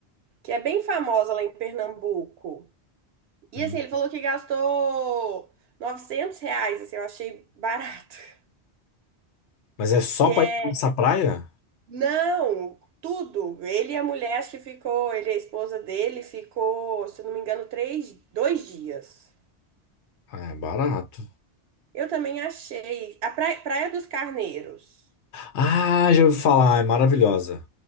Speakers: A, on the right (about 70°); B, on the left (about 85°).
A: que é bem famosa lá em Pernambuco. E
B: Hum.
A: assim, ele falou que gastou 900 reais, assim, eu achei barato. <laughs>
B: Mas é só
A: Que
B: para
A: é,
B: ir para essa praia?
A: não, tudo. Ele e a mulher, acho que ficou, ele e a esposa dele ficou, se eu não me engano, três, dois dias.
B: Ah, é barato.
A: Eu também achei. A Praia, Praia dos Carneiros.
B: Ah, já ouvi falar, Ah, é maravilhosa.